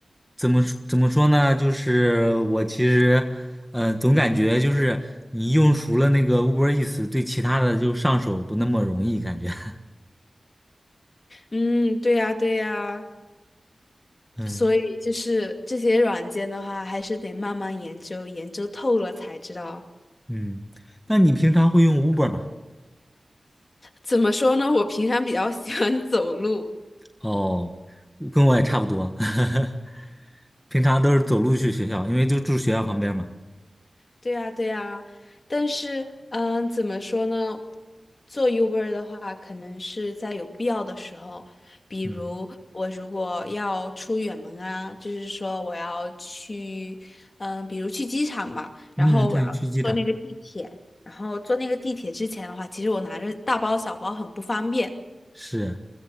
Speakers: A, in the centre; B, on the left.
A: 怎么说怎么说呢？就是我其实，呃，总感觉就是你用熟了那个 Uber e a s 对其他的就上手不那么容易，感觉。<laughs>
B: 嗯，对呀，对呀。
A: 嗯
B: 所以就是这些软件的话，还是得慢慢研究，研究透了才知道。
A: 嗯，那你平常会用 Uber 吗？
B: 怎么说呢？我平常比较 <laughs> 喜欢走路，
A: 哦，跟我也差不多，<laughs> 平常都是走路去学校，因为就住学校旁边嘛。
B: 对呀，对呀。但是，嗯，怎么说呢？做 Uber 的话，可能是在有必要的时候，比如我如果要出远门啊，
A: 嗯
B: 就是说我要去，嗯，比如去机场吧，然后我要坐那个地铁，
A: 嗯，对，去机场
B: 然后坐那个地铁之前的话，其实我拿着大包小包很不方便。
A: 是，